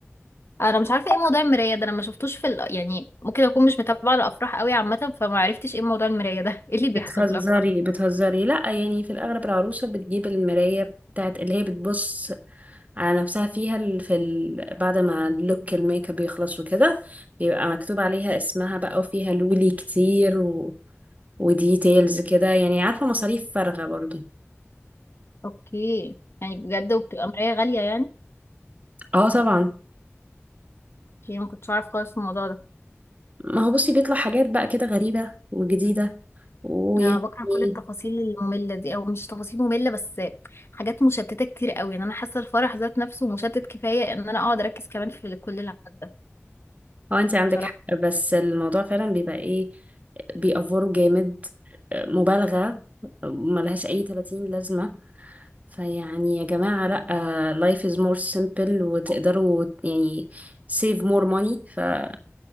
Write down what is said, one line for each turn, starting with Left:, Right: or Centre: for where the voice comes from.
Left: انا مش عارفة ايه موضوع المراية ده انا ما شفتوش في ال... يعني ممكن اكون مش متابعة الافراح قوي عامة فما عرفتش ايه موضوع المراية ده <laughs> ايه اللي بيحصل
Right: بتهزري
Left: في الافراح
Right: بتهزري لا يعني في الاغلب العروسة بتجيب المراية بتاعت اللي هي بتبص على نفسها فيها ال- في ال... بعد ما اللوك الميك اب يخلص وكده بيبقى مكتوب عليها اسمها بقى وفيها لولي كتير و... وديتيلز كده يعني عارفة مصاريف فارغة برضو
Left: اوكي يعني بجد وبتبقى مراية غالية يعني
Right: اه طبعا
Left: يعني ما كنتش عارف خالص الموضوع ده
Right: ما هو بصي بيطلع حاجات بقى كده غريبة وجديدة ويعني
Left: انا بكره كل التفاصيل
Right: <laughs>
Left: الممله دي او مش تفاصيل ممله بس حاجات مشتته كتير قوي يعني انا حاسه الفرح ذات نفسه مشتت كفايه ان انا اقعد اركز كمان في كل العدد ده
Right: هو انت عندك
Left: بصراحه
Right: حق بس الموضوع فعلا بيبقى ايه بيأفوروا جامد مبالغة ملهاش أي 30 لازمة فيعني يا جماعة لأ life is more simple وتقدروا يعني save more money فايه